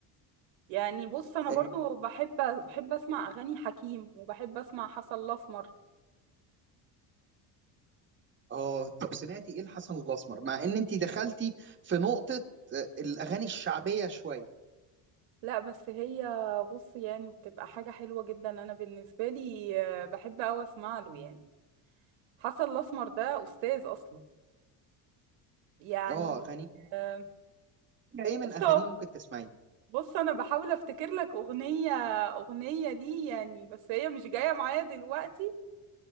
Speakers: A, on the right; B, on the right.
A: يعني بص انا
B: اه
A: برضو بحب بحب اسمع اغاني حكيم وبحب اسمع حسن الاسمر
B: آه، طب سمعتي ايه لحسن الاسمر مع ان انت دخلتي في نقطه آه، الاغاني الشعبيه شويه
A: لا بس هي بص يعني بتبقى حاجة حلوة جدا أنا بالنسبة لي آه، بحب أوي أسمع له يعني حسن الأسمر ده أستاذ أصلا يعني
B: اه اغاني
A: آه،
B: ايه من
A: بص
B: اغانيه
A: هو
B: ممكن تسمعيه
A: بص أنا بحاول أفتكر لك أغنية أغنية ليه يعني بس هي مش جاية معايا دلوقتي